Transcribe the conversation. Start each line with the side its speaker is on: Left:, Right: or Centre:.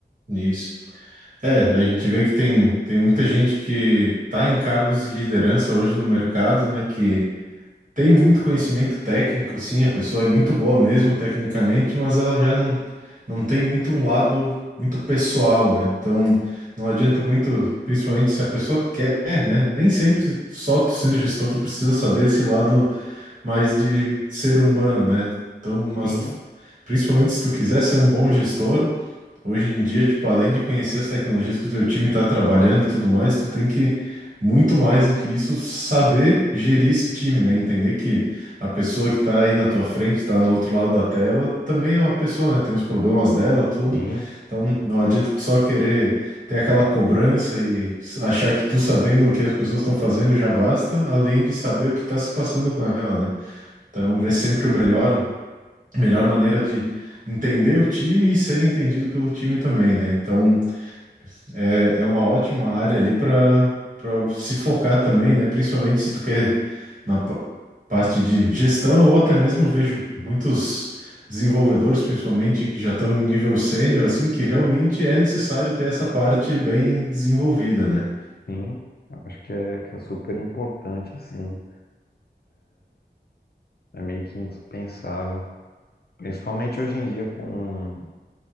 Right: isso. É, a gente vê que tem, tem muita gente que está em cargos de liderança hoje no mercado, né? Que tem muito conhecimento técnico, sim, a pessoa é muito boa mesmo tecnicamente, mas ela já não, não tem muito um lado muito pessoal, né? Então não adianta muito, principalmente se a pessoa quer, né? Nem sempre só tu sendo gestor tu precisa saber esse lado mais de ser humano, né? Então, mas
Left: Sim,
Right: tu- principalmente se tu quiser ser um bom gestor, Hoje em dia, tipo, além de conhecer as tecnologias que o teu time está trabalhando e tudo mais, tu tem que, muito mais do que isso, saber gerir esse time, né? Entender que a pessoa que está aí na tua frente, está no outro lado da tela, também é uma pessoa, né? Tem os problemas dela, tudo.
Left: sim,
Right: Então, não adianta tu só querer ter aquela cobrança e s- achar que tu sabendo o que as pessoas estão fazendo já basta, além de saber o que está se passando com ela, né? Então, ver sempre o melhor, melhor maneira de entender o time e ser entendido pelo time também, né? Então, é, é uma ótima área ali para para se focar também, né? Principalmente se tu quer na pa- parte de gestão ou até mesmo vejo muitos desenvolvedores, principalmente que já estão em nível sênior, assim, que realmente é necessário ter essa parte bem desenvolvida, né?
Left: sim. Eu acho que é, que é super importante, assim, é meio que indispensável. Principalmente hoje em dia com